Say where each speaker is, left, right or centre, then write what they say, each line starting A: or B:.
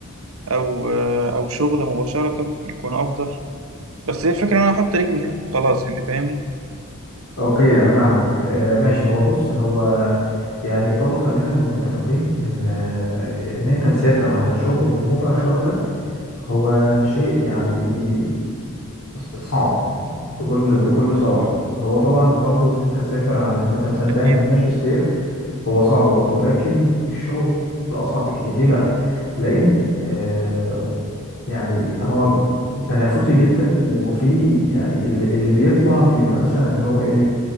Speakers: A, on the right (about 70°); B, on the left (about 65°).
A: او آه، او شغل مباشره يكون افضل بس هي الفكره ان انا احط رجلي هناك وخلاص يعني فاهمني
B: اوكي انا فاهمك آه ماشي هو بص هو يعني برضو خلينا نبقى متفقين ان آه، ان انت تسافر على شغل مباشرة هو شيء يعني ص- صعب بكل بكل صراحة هو طبعا برضو ان انت تسافر على ان انت مثلا
A: اكيد
B: تعمل
A: آه،
B: ماجستير هو صعب برضو لكن الشغل اصعب بكتير ليه بقى لان آه، يعني هو تنافسي جدا وفي يعني اللي, اللي بيطلع بيبقى مثلا اللي هو ايه